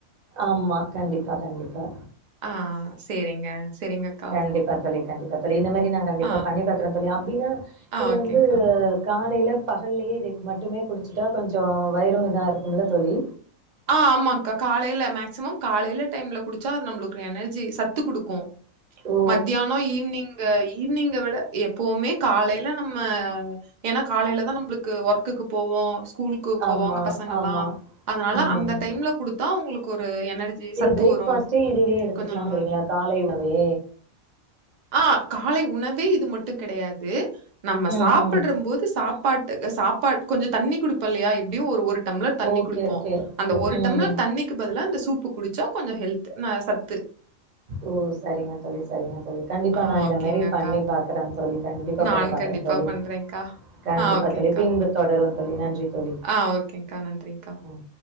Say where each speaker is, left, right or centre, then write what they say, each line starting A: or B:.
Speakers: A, on the right; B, on the right.
A: ஆமா கண்டிப்பா கண்டிப்பா
B: ஆ சேரிங்க செரிங்கக்கா
A: கண்டிப்பா தோழி கண்டிப்பா தோழி இந்த மாரி நா கண்டிப்பா
B: ஆ
A: பண்ணி பாக்கறன் தோழி அப்டினா
B: ஆ
A: இது
B: ஓகேங்க்கா.
A: வந்து காலைல பகல்லயே இதுக்கு மட்டுமே குடிச்சிட்டா கொஞ்சோ வயிறு இதா இருக்குமல்ல தோழி
B: ஆ ஆமான்க்கா காலைல மேக்சிமம் காலைல டைம்ல குடிச்சா அது நம்மளுக்கு எனர்ஜி சத்து குடுக்கு
A: ஓ!
B: மத்தியானோ ஈவ்னிங்கு ஈவினிங்க விட எப்புமே காலைல நம்ம ஏனா காலைலதா நம்மளுக்கு ஒர்க்குக்கு போவோ ஸ்கூலு க்கு
A: ஆமா,
B: போவாங்க பசங்கல்லா
A: ஆமா.
B: அதனால
A: ம்.
B: அ அந்த டைம்ல குடுத்தா உங்களுக்கு ஒரு எனர்ஜி
A: இது
B: சத்து
A: பிரேக்ஃபாஸ்ட்டே
B: வரு
A: இதுவே எடுத்துக்கலாங்கிறீங்களா?
B: கொஞ்சோ நல்லா இருக்கு
A: காலை உணவே?
B: ஆ காலை உணவே இது மட்டு கெடையாது நம்ம
A: ம்,
B: சாப்பிடுறும்போது
A: ம்.
B: சாப்பாட்டுக் சாப்பாடு கொஞ்சோ தண்ணி குடுப்போ இல்லயா எப்டியு ஒரு ஒரு டம்ளர் தண்ணி
A: ஓகே,
B: குடிப்போ
A: ஓகே.
B: அந்த ஒரு
A: ம்.
B: டம்ளர் தண் ணிக்கு பதிலா இந்த சூப்பு குடிச்சா கொஞ்சோ ஹெல்த் நா சத்து
A: ஓ சரிங்க தோழி சரிங்க தோழி கண்டிப்பா
B: ஆ
A: நா இத
B: ஓகேங்க
A: மாரி
B: அக்கா
A: பண்ணி பாக்கறன் தோழி கண்டிப்பா
B: நான்
A: பண்ணி பாக்கறன்
B: கண்டிப்பா
A: தோழி
B: பண்றேன்க்கா
A: கண்டிப்பா
B: ஆ ஓகேங்கா
A: தோழி பின்பு தொடருந் தோழி நன்றி தோழி
B: ஆ ஓகேங்க்கா நன்றிங்க்கா
A: ம்.